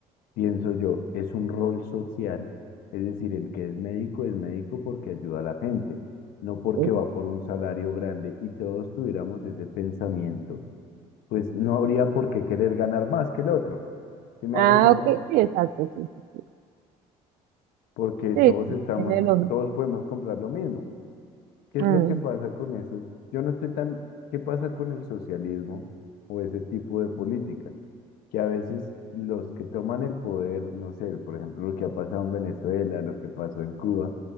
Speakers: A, on the left (about 75°); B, on the right (about 75°).
A: pienso yo, es un rol social, es decir, el que es médico es médico porque ayuda a la gente, no porque
B: Esa.
A: va por un salario grande y todos tuviéramos ese pensamiento, pues no habría por qué querer ganar más que el otro, ¿sí me
B: Ah,
A: hago entender?
B: ok, sí, exacto, sí, sí,
A: Porque
B: sí,
A: todos
B: sí,
A: estamos,
B: tiene lógica.
A: todos podemos comprar lo mismo. ¿Qué
B: Mm,
A: es lo que pasa con eso? Yo no estoy tan, ¿qué pasa con el socialismo o ese tipo de políticas? que a veces los que toman el poder, no sé, por ejemplo, lo que ha pasado en Venezuela, lo que pasó en Cuba,